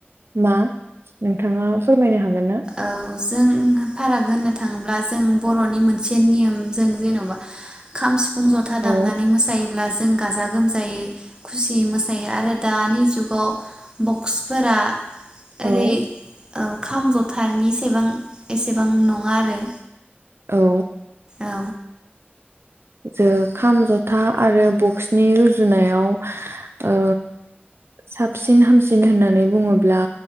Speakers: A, on the right; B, on the right.
A: मा नोंथाङा खमायनो हागोन ना?
B: औ जों फाराग होननो थाङोब्ला जों बर'नि मोनसे नियमजों जेन'बा खाम सिफुं जथा दामनानै
A: औ
B: मोसायोब्ला जों गाजा गोमजायै खुसियै मोसायो आरो दानि जुग वाव बक्सफोरा
A: औ
B: ओरै औ खाम जथ थारानिसेबां एसेबां नङा आरो
A: औ।
B: औ
A: जे खाम जथा आरो बक्सनि रुजुनायाव ओ साबसिन हामसिन होननानै बुङोब्ला